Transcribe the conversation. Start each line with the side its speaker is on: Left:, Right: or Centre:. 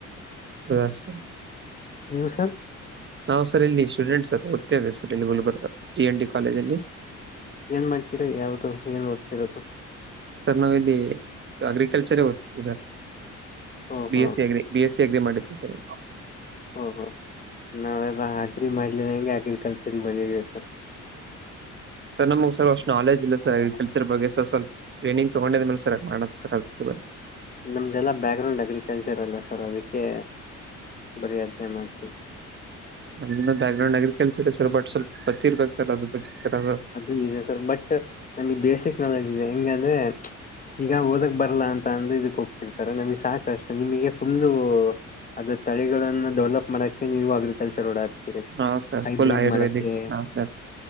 Right: ಹೌದ ಸರ್.
Left: ನೀವು ಸರ್.
Right: ನಾವ ಸರ್ ಇಲ್ಲಿ ಸ್ಟೂಡೆಂಟ್ ಸರ್ ಓತೇವಿ ಸರ್ ಇಲ್ಲಿ Gulbarga G N D college ಅಲ್ಲಿ.
Left: ಏನ್ ಮಾಡ್ತಿರಾ ಯಾವ್ದು ಏನ್ ಓದ್ತಿರೋದು.
Right: ಸರ್ ನಾವ ಇಲ್ಲಿ ಅಗ್ರಿಕಲ್ಚರ ಓತೇವಿ ಸರ್
Left: ಓಹೋ
Right: ಬಿ S C agri. B S C agri ಮಾಡತ್ತು ಸರಿ
Left: ಓಹೋ ನಾವೆಲ್ಲ ಅಗ್ರಿ ಮಾಡ್ಲಿಲ್ಹಂಗ ಅಗ್ರಿಕಲ್ಚರ್ಗೆ ಬಂದಿದಿವಿ ಸರ್.
Right: ಸರ್ ನಮ್ಗ್ ಸರ್ ಅಷ್ಟು ನಾಲೇಜ್ ಇಲ್ಲ ಸರ್ ಅಗ್ರಿಕಲ್ಚರ್ ಬಗ್ಗೆ ಸರ್ ಸ್ವ ಸ್ವಲ್ಪ. ಟ್ರೈನಿಂಗ್ ತಗೊಂಡಿದ ಮೇಲೆ ಸರ್ ಮಾಡದ ಸರ್ ಅದ. <unintelligible>
Left: ನಮ್ದೆಲ್ಲಾ ಬ್ಯಾಕ್ ಗ್ರೌಂಡ್ ಅಗ್ರಿಕಲ್ಚರ್ ಅಲ್ಲ ಸರ್ ಅದಕ್ಕೆ ಬರಿ ಅದ್ನೆ ಮಾಡ್ತೀವಿ.
Right: ನಮ್ದ background agriculture sir but ಸ್ವಲ್ಪ ಪತ್ತಿರ್ಬೇಕು ಸರ್ ಅದ್ರ ಬಗ್ಗೆ ಸರ್.
Left: ಅದು ನಿಜ ಸರ್ ಬಟ್ ನಮ್ಗೆ ಬೇಸಿಕ್ ನಾಲಜಿ ಇದೆ ಹೆಂಗ ಅಂದ್ರೆ ಈಗ ಓದಕ್ ಬರ್ಲ್ಲಾ ಅಂತ ಅಂದ ಇದಕ್ ಹೋಗ್ತಿರ್ತಾರ ನಮಗ್ ಸಾಕಷ್ಟ ನಿಮಗೆ ಫುಲ್ಲು ಅದ್ರ ತಳಿಗಳನ್ನ ಡೆವಲಪ್ ಮಾಡಕ್ಕೆ ನೀವು ಅಗ್ರಿಕಲ್ಚರ್ ಓಡಾಕ್ತೀರಿ
Right: ಹಾ ಸರ್
Left: ಹೈಬ್ರಿಡ್
Right: ಫುಲ್ ಆಯುರ್ವೇದಿಕ್
Left: ಮಾಡಕ್ಕೆ.
Right: ಹಾ ಸರ್